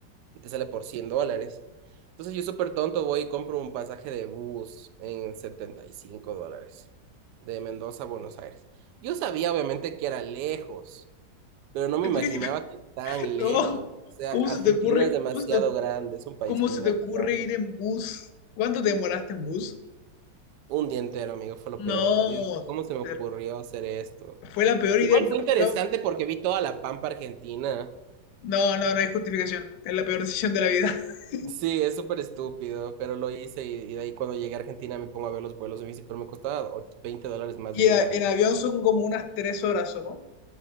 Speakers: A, on the right (about 70°); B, on the left (about 70°).
A: y te sale por 100 dólares. Entonces yo súper tonto voy y compro un pasaje de bus en 75 dólares de Mendoza a Buenos Aires. Yo sabía obviamente que era lejos, pero no me
B: Te
A: imaginaba
B: fui- diciendo-
A: que tan
B: <laughs> No.
A: lejos. O sea,
B: ¿Cómo
A: Argentina
B: se te ocurre,
A: es demasiado
B: cómo se te,
A: grande, es un país
B: cómo
A: gina-
B: se te ocurre
A: gigante.
B: ir en bus? ¿Cuánto te demoraste en bus?
A: Un día entero, amigo, fue lo
B: No.
A: peor. Yo dije, ¿cómo se me
B: te-
A: ocurrió hacer esto?
B: Fue la peor idea
A: Igual
B: que he
A: fue
B: escuchado.
A: interesante porque vi toda la pampa argentina.
B: No, no, no hay justificación. Es la peor decisión de la vida. <laughs>
A: Sí, es súper estúpido, pero lo hice y, y de ahí cuando llegué a Argentina me pongo a ver los vuelos y me dice, pero me costaba och- 20 dólares más
B: Y
A: de irme
B: a-
A: en avión.
B: en avión son como unas tres horas, ¿o no?